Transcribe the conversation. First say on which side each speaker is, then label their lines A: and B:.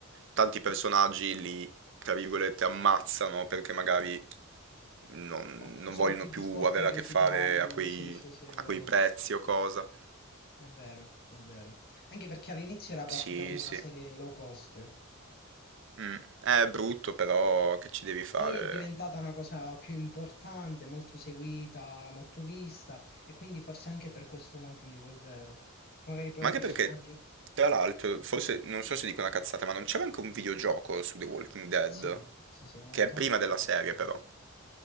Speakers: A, on the right; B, on the left.
A: tanti personaggi li, tra virgolette, ammazzano perché magari non,
B: o non
A: non
B: sono
A: vogliono
B: più disposti
A: più avere
B: a recitare.
A: a che fare a quei,
B: Sì, sì, sì, è vero,
A: a quei prezzi o cosa.
B: è vero, è vero. Anche perché all'inizio era partita
A: Sì,
B: come
A: sì.
B: una serie low cost.
A: Mm. È brutto, però che ci devi fare?
B: Poi è diventata una cosa più importante, molto seguita, molto vista, e quindi forse anche per questo motivo, è vero. Magari poi
A: Ma
B: un
A: anche
B: personaggio.
A: perché, tra l'altro, forse non so se dico una cazzata, ma non c'era anche un videogioco su The Walking Dead?
B: Sì, sì, sì, hanno
A: Che
B: fatto
A: è prima
B: anche
A: della
B: un videogioco.
A: serie, però.